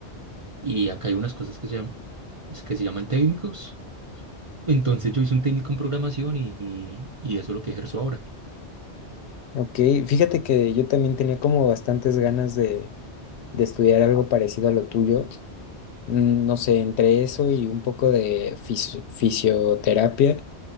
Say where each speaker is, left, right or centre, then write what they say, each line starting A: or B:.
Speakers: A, on the right (about 35°); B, on the left (about 75°).
A: Y acá hay unas cosas que se llaman, que se llaman técnicos. Entonces yo hice un técnico en programación y, y y eso es lo que ejerzo ahora.
B: Ok, fíjate que yo también tenía como bastantes ganas de, de estudiar algo parecido a lo tuyo. Mm, No sé, entre eso y un poco de fis- fisioterapia,